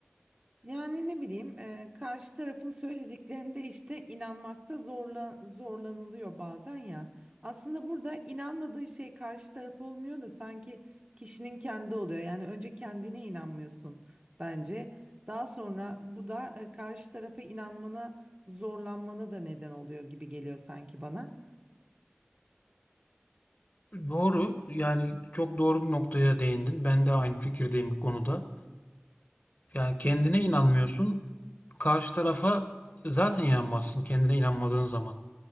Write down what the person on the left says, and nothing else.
Doğru. Yani çok doğru bir noktaya değindin. Ben de aynı fikirdeyim bu konuda. Yani kendine inanmıyorsun. Karşı tarafa zaten inanmazsın kendine inanmadığın zaman.